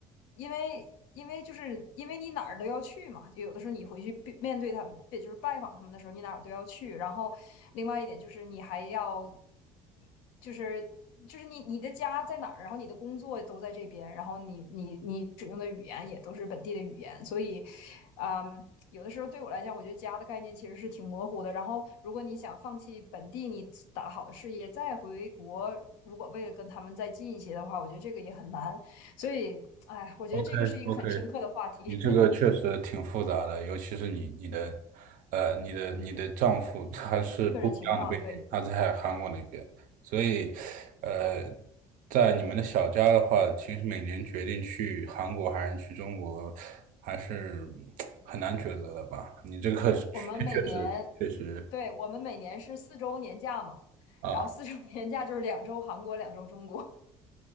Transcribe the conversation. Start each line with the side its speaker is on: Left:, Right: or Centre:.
Left: 因为因为就是因为你哪儿都要去嘛，就有的时候你回去面面对他们，也就是拜访他们的时候，你哪儿都要去，然后另外一点就是你还要。就是就是你你的家在哪儿，然后你的工作都在这边，然后你你你使用的语言也都是本地的语言，所以，嗯，有的时候对我来讲，我觉得家的概念其实是挺模糊的。然后，如果你想放弃本地你打好的事业，再回国，如果为了跟他们再近一些的话，我觉得这个也很难。所以，哎，我觉得这个是一个很深刻的话题，
Right: ，OK OK。你这个确实挺复杂的，尤其是你你的，呃，你的你的丈夫他是不一样的背景，
Left: <laughs> 个人情况。对，
Right: 他在韩国那边，所以，呃，在你们的小家的话，其实每年决定去韩国还是去中国，还是 <tsk> 很难抉择的吧？你这个确
Left: 我们每年
Right: 确实确实。
Left: 对，我们每年是四周年假嘛，
Right: 啊。
Left: 然后四周年假就是两周韩国，两周中国。